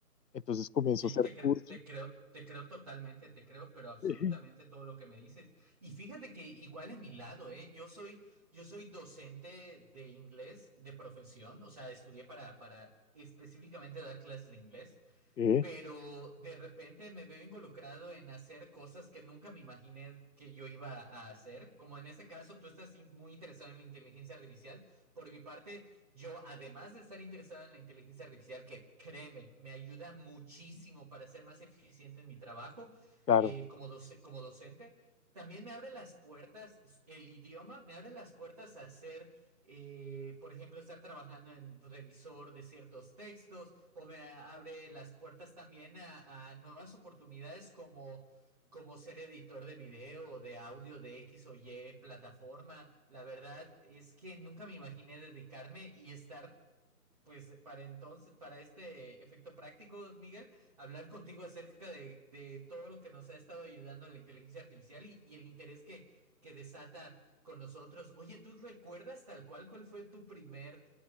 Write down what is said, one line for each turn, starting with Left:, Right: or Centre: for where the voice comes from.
Left: Entonces comienzo
Right: Sí,
Left: a hacer
Right: te cre-
Left: cursos,
Right: te creo, te creo totalmente, te creo, pero absolutamente
Left: eh,
Right: todo lo que me dices. Y fíjate que igual en mi lado, ¿eh? Yo soy, yo soy docente de inglés de profesión, o sea, estudié para, para específicamente dar clases de inglés
Left: eh,
Right: pero de repente me veo involucrado en hacer cosas que nunca me imaginé que yo iba a hacer, como en este caso tú estás in- muy interesado en la inteligencia artificial. Por mi parte, yo además de estar interesado en la inteligencia artificial, que créeme, me ayuda muchísimo para ser más eficiente en mi trabajo
Left: claro.
Right: eh, como doce- como docente. También me abre las puertas, el idioma me abre las puertas a hacer, eh, por ejemplo, estar trabajando en revisor de ciertos textos o me abre las puertas también a, a nuevas oportunidades como, como ser editor de video o de audio de X o Y plataforma. La verdad es que nunca me imaginé dedicarme y estar, pues, para entonces, para este efecto práctico, Miguel, hablar contigo acerca de, de todo lo que nos ha estado ayudando la inteligencia artificial y, y el interés que, que desata con nosotros. Oye, ¿tú recuerdas tal cual cuál fue tu primer